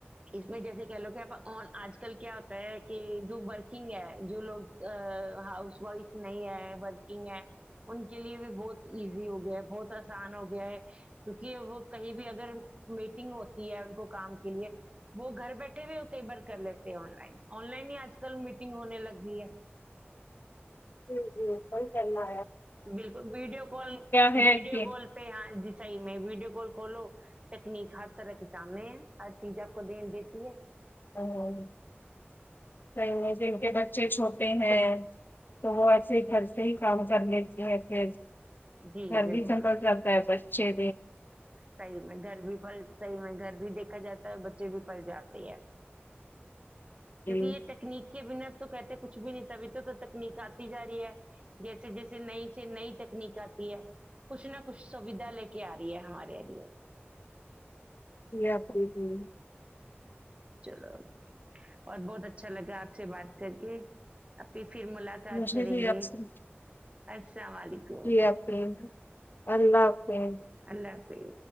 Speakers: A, on the right; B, on the left.
A: اس میں جیسے کہہ لو کہ آپ اور آج کل کیا ہوتا ہے کہ جوک نگ ہے جو لوگ ہاؤس وائف نہیں ہے ورکنگ ہے ان کے لیے بھی بہت ایزی ہو گیا ہے بہت آسان ہو گیا ہے کیونکہ وہ کہیں بھی اگر میٹنگ ہوتی ہے ان کو کام کے لیے وہ گھر بیٹھے بھی کئی بار کر لیتے ہیں آن لائن آن لائن ہی آج کل میٹنگ ہونے لگ گئی ہے
B: ھمم ھمم <unintelligible> انٹلہ
A: بالکل ویڈیو کال
B: ہے
A: ویڈیو
B: کہ
A: کال پہ ہاں جی صحی میں ویڈیو کال کھولو تکنیک ہر طرح کے سامنے ہے ہر چیز آپ کو دین دیتی ہے
B: ہ ان کے بچے چھوٹے ہیں تو وہ ایسے ہی گھر سے ہی کام چلی سرد
A: جی بالکل
B: جنپ چلتا ہے پس چی
A: صحیح میں گھر بھی پل صحیح میں گھر بھی دیکھا جاتا ہے بچے بھی پل جاتے ہے کیونکہ
B: جی
A: یہ تکنیک کے بنا تو کہتے کچھ بھی نہیں تبھی تو تو تکنیک آتی جا رہی ہے جیسے جیسے نئی سے نئی تکنیک آتی ہے کچھ نہ کچھ سویدھا لے کے آ رہی ہے ہمارے لیے
B: پ جی
A: چلو اور بہت اچھا لگتا آپ سے بات کر کے اپنی پھر ملاقات
B: مجھے
A: کریں
B: بھی
A: گے
B: آپ سے
A: اچ السلام علیکم
B: جی آپ سے، اللہ حافظ
A: اللہ حافظ